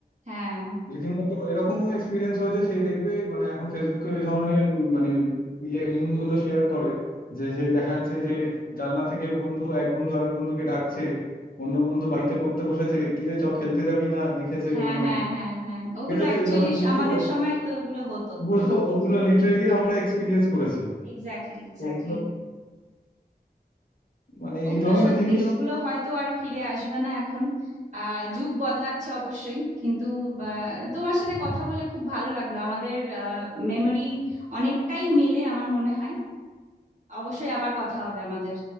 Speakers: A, on the right (about 45°); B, on the left (about 55°).
A: হ্যাঁ
B: রীতিমতো এরকমও এক্সপিরিয়েন্স হয়েছে সেই দেখবে মানে এখন ফেসবুকে ওই ধরনের উম মানে ইয়ে মিম গুলো শেয়ার করে যে সেই দেখাচ্ছে যে জানলা থেকে বন্ধু এক বন্ধু আরেক বন্ধুকে ডাকছে অন্য বন্ধু বাড়িতে পড়তে বসেছে কিরে চ খেলতে যাবি না লিখেছে
A: হ্যাঁ
B: ওখানে
A: হ্যাঁ হ্যাঁ হ্যাঁ ওগুলো
B: দেখেছো
A: অ্যাকচুয়ালি
B: তো এই ধরনের মিম
A: আমাদের
B: গুলো
A: সময় তো ওগুলো হতো
B: ওগুলো
A: সত্যি
B: ওগুলো
A: ছিল
B: লিটারেলি আমরা এক্সপিরিয়েন্স করেছি
A: Exactly exactly
B: ওগুলো মানে
A: ওগুলো
B: এই ধরনের
A: সত্যি
B: জিনিস
A: ওগুলো হয়তো আর ফিরে আসবে না এখন আহ যুগ বদলাচ্ছে অবশ্যই কিন্তু আহ, তোমার সাথে কথা বলে খুব ভালো লাগলো আমাদের মেমোরি অনেকটাই মেলে আমার মনে হয় অবশ্যই আবার কথা হবে আমাদের